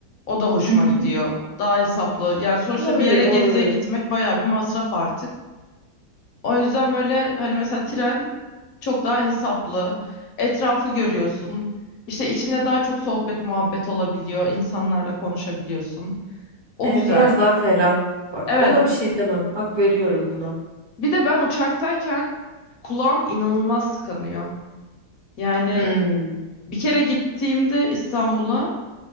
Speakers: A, on the left; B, on the right.
A: O da hoşuma
B: Hı hı.
A: gidiyor. Daha hesaplı. Yani sonuçta
B: Olabilir,
A: bir yere
B: olabilir.
A: geziye gitmek bayağı bir masraf artık. O yüzden böyle hani mesela tren çok daha hesaplı. Etrafı görüyorsun. İşte içinde daha çok sohbet muhabbet olabiliyor. İnsanlarla konuşabiliyorsun. O
B: E,
A: güzel.
B: biraz daha ferah. Bak
A: Evet.
B: ona bir şey demem. Hak veriyorum buna.
A: Bir de ben uçaktayken kulağım inanılmaz tıkanıyor. Yani
B: Hmm.
A: bir kere gittiğimde İstanbul'a